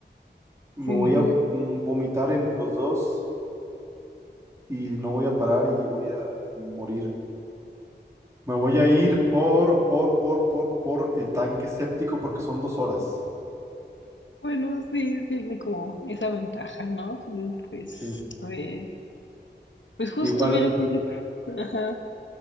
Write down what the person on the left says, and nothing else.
Sí,
Bueno, sí, tiene como esa ventaja, ¿no? Mm, Pues,
a ver, pues justo,
mira, fíjate. <laughs> Ajá,